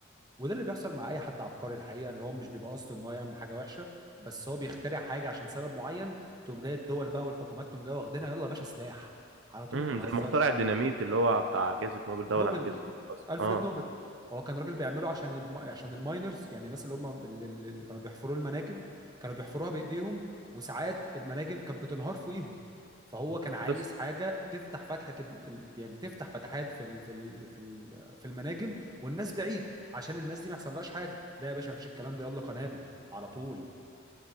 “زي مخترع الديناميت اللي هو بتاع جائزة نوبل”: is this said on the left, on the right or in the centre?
Right